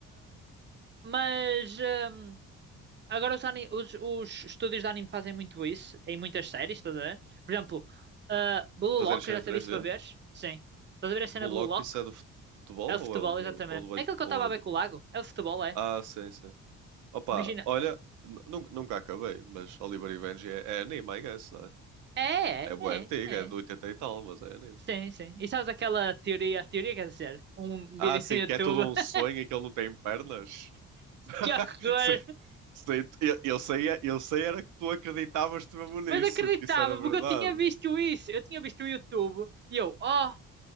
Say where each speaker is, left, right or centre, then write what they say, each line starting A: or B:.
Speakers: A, on the right; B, on the right.
A: Mas hum, agora os, ani- os- os estúdios de anime fazem muito isso em muitas séries, estás a ver? Por exemplo, ah, Blue
B: Fazer
A: Lock,
B: as cenas
A: eu já te
B: 3D?
A: disse para veres? Sim. Estás a ver a cena
B: Bullock,
A: Blue Lock?
B: isso é do futebol
A: É o
B: ou
A: futebol,
B: é o do.
A: exatamente.
B: Ou do, base-
A: É aquilo que eu
B: ou
A: estava
B: é o
A: a ver
B: do...
A: com o lago. É o futebol, é.
B: Ah, sim, sim. Opa,
A: Imagina.
B: olha, nu- nunca nunca acabei, mas Oliver e Benji é, é anime, I guess, não é?
A: É,
B: É bué
A: é,
B: antigo,
A: é,
B: é de
A: é.
B: 80 e tal, mas é anime.
A: Sim, sim. E sabes aquela teoria, teoria quer dizer, um um
B: Ah,
A: vídeo
B: sim,
A: no YouTube.
B: que é tudo um
A: <laughs>
B: sonho e que ele não tem pernas. <laughs>
A: Que é horror!
B: Sim, sim, eu, eu sei, eu sei era que tu acreditavas te mesmo nisso,
A: Mas acreditava,
B: que isso era verdade.
A: porque eu tinha visto isso. Eu tinha visto o YouTube. E eu, oh,